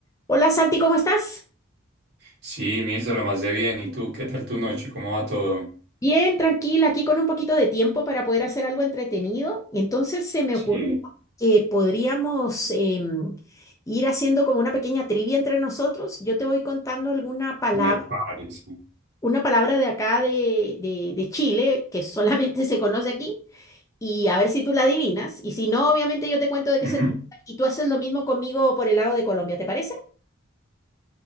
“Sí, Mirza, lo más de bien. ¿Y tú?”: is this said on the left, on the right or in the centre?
Right